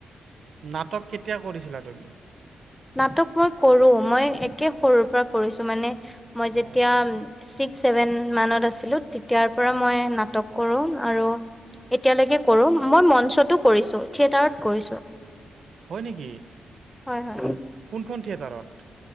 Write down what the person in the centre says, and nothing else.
নাটক মই কৰো, মই একে সৰুৰ পৰা কৰিছো মানে মই
যেতিয়া- ছিক্স ছেভেন মানত আছিলো তেতিয়াৰ পৰা মই নাটক কৰোঁ আৰু- এতিয়ালৈকে কৰো, মই মঞ্চতো কৰিছো, থিয়েটাৰত কৰিছো।
হয় হয়